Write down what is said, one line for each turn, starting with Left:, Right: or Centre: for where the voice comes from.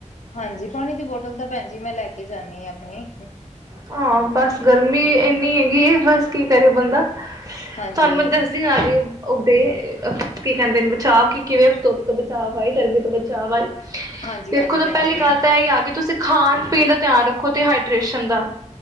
Left: ਹਾਂਜੀ, ਪਾਣੀ ਦੀ ਬੋਟਲ ਤਾਂ ਭੈਣ ਜੀ, ਮੈਂ ਲੈ ਕੇ ਜਾਨੀ ਆ ਅਪਨੀ
Right: ਹਾਂ, ਬਸ ਗਰਮੀ ਏਨੀਂ ਏਗੀਅ। ਬਸ, ਕੀ ਕਰੇ ਬੰਦਾ?
Left: ਹਾਂਜੀ
Right: ਤੁਹਾਨੂੰ ਮੈਂ ਦੱਸਦੀ ਆਹੀ, ਉੱਡ ਕੀ ਕਹਿੰਦੇ ਨੇ, ਬਚਾਅ ਕੀ ਕਿਵੇਂ ਧੁੱਪ ਤੋਂ ਬਚਾਅਵ ਆਏ? ਗਰਮੀ ਤੋਂ ਬਚਾਅਵ ਆਏ?
Left: ਹਾਂਜੀ
Right: ਦੇਖੋ,
Left: ਹਾਂਜੀ
Right: ਤੇ
Left: ਭੈਣ
Right: ਪਹਿਲੀ
Left: ਜੀ
Right: ਗੱਲ ਤਾਂ ਇਹ ਹੀ ਆ ਕਿ ਤੁਸੀਂ ਖਾਣ-ਪੀਣ ਦਾ ਧਿਆਨ ਰੱਖੋ। ਤੇ ਹਾਈ ਟ੍ਰਰੇਸ਼ਨ‌ ਦਾ